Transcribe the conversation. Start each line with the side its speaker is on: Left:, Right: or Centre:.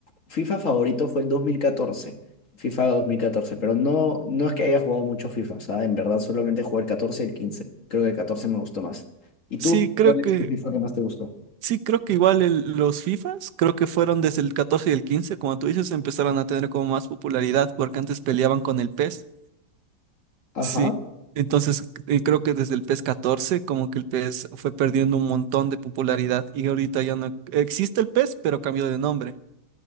Left: FIFA favorito fue el 2014, FIFA dos mil catorce. pero no, no es que haya jugado mucho FIFA, o sea, en verdad solamente jugué el 14 y el 15. Creo que el 14 me gustó más. ¿Y tú?
Right: Sí, creo
Left: ¿Cuál es
Right: que,
Left: tu FIFA que más te gustó?
Right: sí, creo que igual el- los FIFAs, creo que fueron desde el 14 y el 15, como tú dices, empezaron a tener como más popularidad porque antes peleaban con el PES.
Left: Ajá.
Right: Sí, entonces eh, creo que desde el PES catorce como que el PES fue perdiendo un montón de popularidad y ahorita ya no existe el PES, pero cambió de nombre.